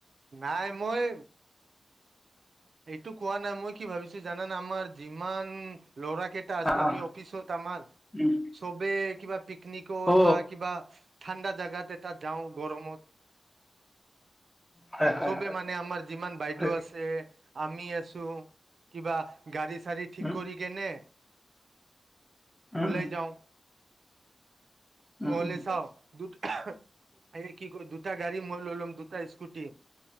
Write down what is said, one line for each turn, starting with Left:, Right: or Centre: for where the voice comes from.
Right: নাই মই এইটো কোৱা নাই মই কি ভাবিছো জানানা আমাৰ জিম ইমান ল'ৰা কেইটা আছো
Centre: অ অ
Right: আমি অফিচত আমাৰ
Centre: উম,
Right: চবে কিবা পিক পিকনিকত
Centre: অ
Right: বা কিবা ঠাণ্ডা জাগা এটাত যাওঁ গৰমত
Centre: হয় হয়
Right: চবে
Centre: হয়
Right: মানে আমাৰ যিমান বাইদেউ
Centre: হয়
Right: আছে আমি আছো কিবা গাড়ী চাড়ী ঠিক
Centre: উম
Right: কৰি কেনে
Centre: উম
Right: ওলাই যাও
Centre: উম
Right: নহ'লে
Centre: উম উম
Right: চাও দুট এই কি কয় দুটা গাড়ী মই লৈ লম দুটা স্কুটি